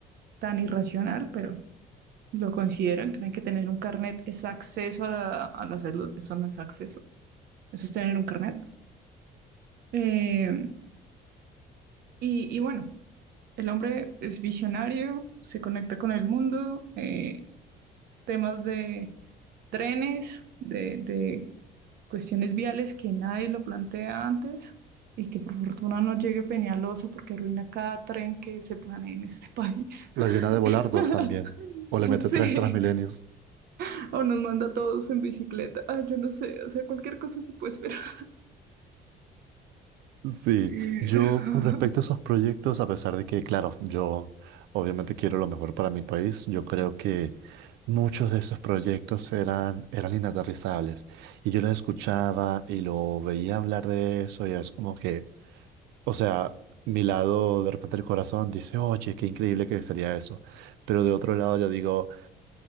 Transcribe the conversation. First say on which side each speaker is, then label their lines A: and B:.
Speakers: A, on the right; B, on the right.
A: tan irracional, pero... ¿Lo consideran? ¿Creen que tener un carnet es acceso a la, a la salud? Eso no es acceso, eso es tener un carnet. Eh, y, y bueno, el hombre es visionario, se conecta con el mundo, eh, temas de trenes, de, de cuestiones viales que nadie lo plantea antes y que por fortuna no llegue Peñalosa porque arruina cada tren que se planee en este país.
B: La
A: <laughs>
B: llena de volardos también, o le mete
A: Sí.
B: tres milenios
A: <laughs> O nos manda a todos en bicicleta. Ah, yo no sé, o sea, cualquier cosa se puede esperar. <laughs>
B: Sí,
A: Y-
B: yo con respecto
A: <laughs>
B: a esos proyectos, a pesar de que, claro, yo obviamente quiero lo mejor para mi país, yo creo que muchos de esos proyectos eran, eran inaterrizables. Y yo los escuchaba y lo veía hablar de eso y es como que, o sea, mi lado de repente el corazón dice, oye, qué increíble que sería eso. Pero de otro lado yo digo,